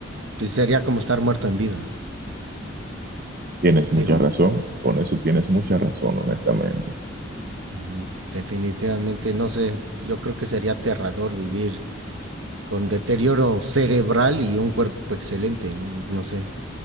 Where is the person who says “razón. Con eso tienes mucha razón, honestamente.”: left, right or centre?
Right